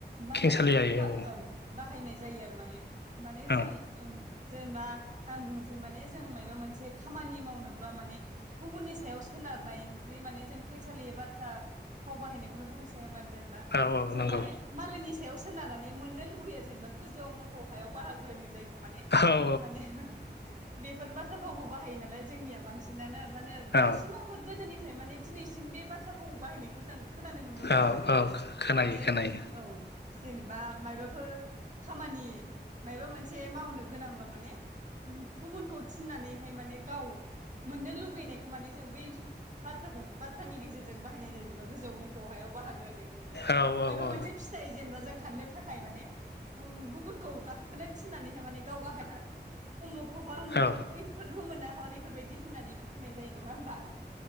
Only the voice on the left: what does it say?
खेंसालियायै
औ
औ
औ औ
नंगौ
औ औ
औ
औ
औ खोनायो
खोनायो
औ औ
औ
औ